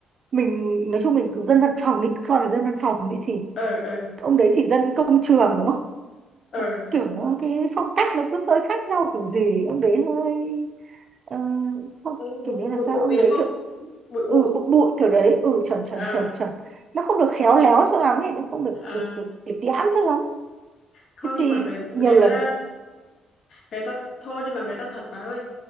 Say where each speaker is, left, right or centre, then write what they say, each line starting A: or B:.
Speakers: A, on the right; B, on the left.
A: mình nói chung mình cứ dân văn phòng đi coi là dân văn phòng đi thì
B: ờ ờ
A: ông đấy thì dân công trường đúng không
B: ờ
A: nó, kiểu nó cái phong cách nó cứ hơi khác nhau kiểu gì ông đấy hơi Ờ, không
B: Ừ,
A: kiểu
B: bụi
A: như
B: bụi
A: là sao ông
B: bụi đúng
A: đấy
B: không
A: kiểu
B: bụi bụi
A: ừ bụi bụi kiểu đấy ừ chuẩn chuẩn
B: ờ
A: chuẩn chuẩn nó không được khéo léo cho lắm ấy nó không được
B: ờ
A: được được lịch lãm cho lắm
B: không
A: thế
B: nhưng
A: thì
B: mà người
A: nhiều
B: người ta
A: lần
B: người ta thôi nhưng mà người ta thật bà ơi